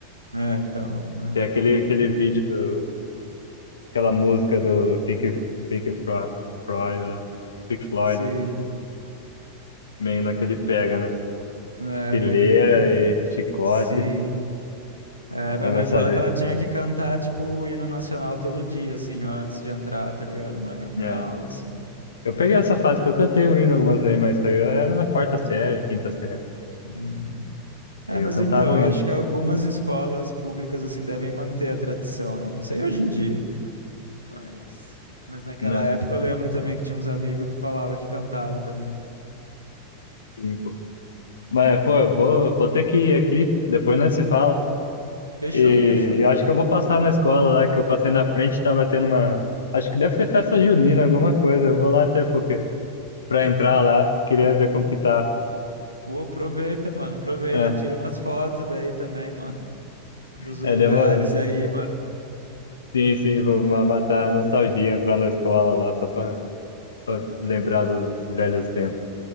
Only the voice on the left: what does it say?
Tem aquele, aquele vídeo, do- aquela música do Pink, Pink Fro- Floyd, lá, Pink Floyd,
meio naquele pega, né?
Fileira
e chicote,
mas
vai saber.
É.
Eu peguei essa fase que eu cantei o hino algumas vezes, mas isso aí eu era na quarta série, quinta série.
Aí
eu
cantava
o
hino.
Né?
Sim, pô. Mas, pô, eu vou, vou ter que ir aqui, depois nós se fala.
E
eu acho que eu vou passar na escola lá, que eu passei na frente, tava tendo uma. Acho que deve ser festa junina, alguma coisa. Eu vou lá até porque pra entrar lá, queria ver como que tá.
É,
é,
demorou.
Sim, sim, vou ma- matar a nostalgia, entrar na escola lá, só pra, pra lembrar dos velhos tempos.